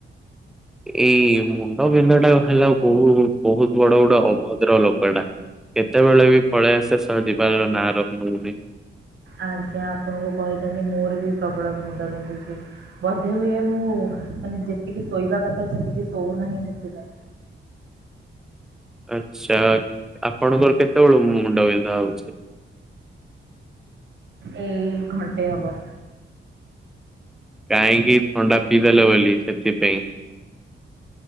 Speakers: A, in the centre; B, on the right.
A: ଏଇ ମୁଣ୍ଡ ବିନ୍ଧା ଟା ହେଲା ବହୁତ୍ ବହୁତ ବଡ ଗଟେ ଅଭଦ୍ର ଲୋକ ଟା। କେତେବେଳେ ବି ପଳେଇ ଆସେ ସହ ଯିଵାର ନାଁ ନଉନି।
B: ଆଜ୍ଞା ଆପଣଙ୍କୁ କହିଥାନ୍ତି ମୋର ବି ପ୍ରବଳ ମୁଣ୍ଡ ବିିନ୍ଧୁଛି। ବୋଧେ ହୁଏ ମୁଁ ମାନେ ଯେତିକି ଶୋଇବା କଥା ସେତିକି ଶୋଉନାହିଁ ସେଥିପାଇଁ।
A: ଆଚ୍ଛା ଆପଣଙ୍କର କେତେବେଳୁ ମୁଣ୍ଡ ବିିନ୍ଧା ହଉଛି?
B: ଏଇ ଘଣ୍ଟେ ହବ।
A: କାହିଁକି ଥଣ୍ଡା ପିଇଦେଲ ବୋଲି ସେଥିପାଇଁ।